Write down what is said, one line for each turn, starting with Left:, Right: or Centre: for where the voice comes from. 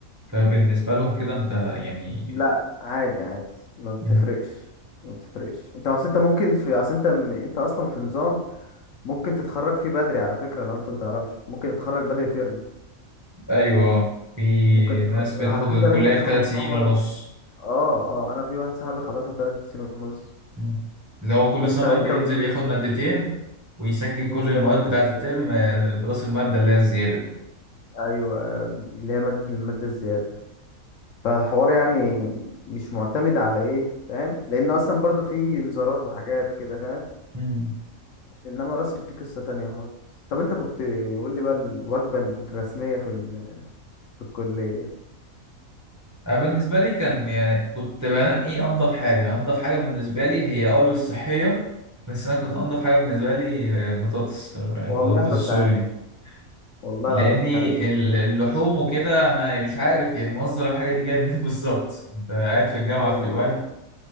Right: فبالنسبة لهم كده انت يعني
Left: لا عادي عادي ما بتفرقش
Right: مم.
Left: ما بتفرقش انت اصل انت ممكن في اصل انت م- انت اصلا في نظام ممكن تتخرج فيه بدري على فكرة لو انت متعرفش ممكن تتخرج بدري ترم
Right: ايوه آه. في
Left: ممكن تتخ...
Right: ناس بتاخد
Left: على حسب
Right: الكلية
Left: انت بتاخد
Right: في ثلاث
Left: سمر
Right: سنين ونص
Left: اه اه انا في واحد صاحبي خلصها في ثلاث سنين ونص
Right: مم. اللي هو كل
Left: فانت
Right: سمر
Left: انت
Right: بينزل
Left: ودماغك
Right: ياخد مادتين ويسجل
Left: ينزل
Right: كل المواد
Left: ياخد مادتين
Right: بتاعة الترم آه، بلس المادة اللي هي الزيادة دي
Left: ايوه اللي هي مادة المادة الزيادة فالحوار يعني مش معتمد على ايه فاهم لان اصلا برضو في انذارات وحاجات كده فاهم
Right: مم.
Left: انما راسب دي قصة تانية خالص طب انت كنت قول لي بقى الوجبة الرسمية في ال... في الكلية
Right: أنا بالنسبة لي كان يعني كنت بنقي أنضف حاجة أنضف حاجة بالنسبة لي هي أه الصحية بس أنا كنت أنضف حاجة بالنسبة لي آه، البطاطس آه،
Left: والله
Right: البطاطس
Left: كنت
Right: السوري
Left: عارف
Right: دي
Left: والله
Right: لأني
Left: العظيم كنت عارف انت هتقول
Right: ال-
Left: كده
Right: اللحوم وكده أنا مش عارف يعني مصدر الحاجة دي جاية منين بالظبط أنت قاعد في الجامعة
Left: ايوه
Right: في حلوان